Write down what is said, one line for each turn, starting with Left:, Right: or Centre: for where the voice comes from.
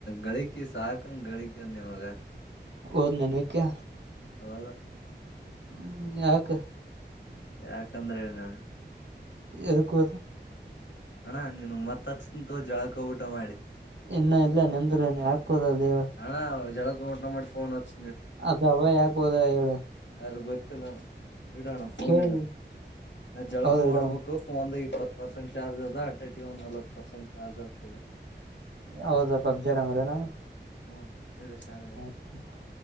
Left: ಗಳಿಕಿ ಸಾಕಂಗ ಗಳಿಕ ಅದ ನಿವಾಗ
Right: ಹಓದ್ ನನ್ವಕ್ಕೆ
Left: ಹೋದ
Right: ಹ್ಮ ಯಾಕ
Left: ಯಾಕಂದ್ರೆ ಏನು ಹೇಳ್
Right: ಎದುಕ್ಕೂದ
Left: ಅಣ್ಣ ನೀನು ಮತ್ತತ್ಚ್ಂತು ಜಳಕ ಊಟ ಮಾಡಿ.
Right: ಇನ್ನ ಇಲ್ಲ ನಿಂದ್ರೇ ಹಾಕೋುದ ದೇ
Left: ಹಣ್ಣ ಜಳ ಕೋ ಊಟ ಮಾಡಿಫೋನ್ ಹಚ್
Right: ಅದ ಅವ ಯಾಕ ಹೋದ ಹೇಳ
Left: ಅ ಗೊತ್ತಿಲ್ಲಣ್ಣ ಇಡೋಣ ಫೋನ್
Right: ಕೇಳಿ
Left: ಇಡೋಣ ನಾ ಜಳಕ
Right: ಹೌದಡ
Left: ಮಾಡ್ಬೇಕು. ಫೋನ್ಗ ಇಪ್ಪತ್ತು ಪರ್ಸೆಂಟ್ ಚಾರ್ಜ್ ಅದ ನಲವತ್ತು ಪರ್ಸೆಂಟ್ ಚಾರ್ಜ್ ಇಡು
Right: ಹೌದಾ ಪಬ್ಜಿಡಂಗ್ರ ನ
Left: ಹ್ಮ್ ಹೇಳು ಶಾಣೆ.
Right: <inaudible>